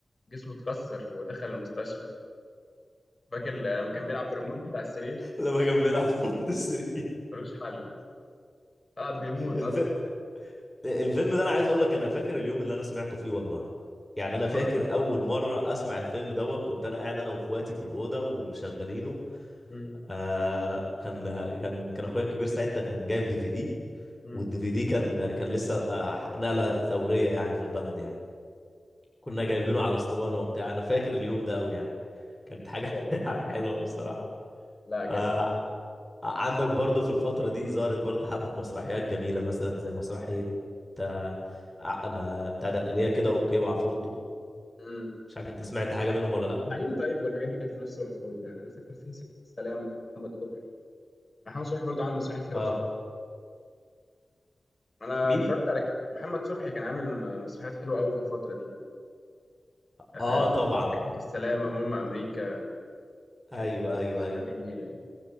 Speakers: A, on the left (about 35°); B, in the centre.
A: جسمه اتكسر ودخل المستشفى فاكر لما كان بيلعب بالريموت بتاع السرير
B: لما كان بيلعب في السرير
A: ملوش حل طلع بيموت
B: <laughs>
A: اصلا
B: الفيلم ده انا عايز اقول لك انا فاكر اليوم اللي انا سمعته فيه والله يعني انا فاكر
A: <laughs> ولا لا؟
B: اول مره اسمع الفيلم دوت كنت انا قاعد انا واخواتي في الاوضه ومشغلينه
A: مم.
B: آه كان كان كان اخويا الكبير ساعتها كان جايب دي في دي
A: مم.
B: والدي في دي كان كان لسه آه نقله ثوريه يعني في البلد يعني كنا جايبينه على اسطوانه وبتاع انا فاكر اليوم ده قوي يعني كانت حاجه
A: أيوة.
B: <laughs> حلوه بصراحه
A: لا جامد
B: آه عندك برضه في الفترة دي ظهرت برضه حبة مسرحيات جميلة مثلا زي مسرحية آه، ع- ما بتاع ده اللي هي كده اوكي وعفروتو
A: امم
B: مش عارف انت سمعت حاجة منهم ولا لا
A: الزعيم طيب والحاجات دي كانت في نفس الوقت برضه يعني انا فاكر في سكه السلامه محمد صبحي محمد صبحي برضه عامل مسرحيات حلوه
B: اه
A: في الفتره انا
B: مين؟
A: اتفرجت على ك- محمد صبحي كان عامل م- مسرحيات حلوه قوي في الفتره دي آه،
B: اه طبعا
A: سكه السلامه ماما امريكا
B: ايوه
A: كان في
B: ايوه
A: حاجات
B: ايوه
A: جميله يعني